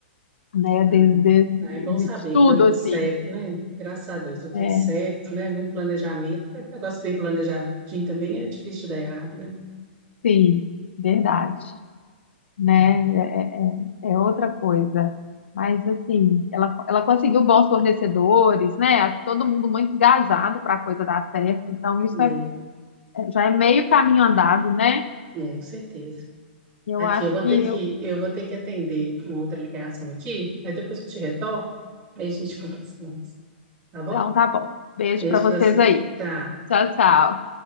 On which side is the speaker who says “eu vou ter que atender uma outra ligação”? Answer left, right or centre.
Right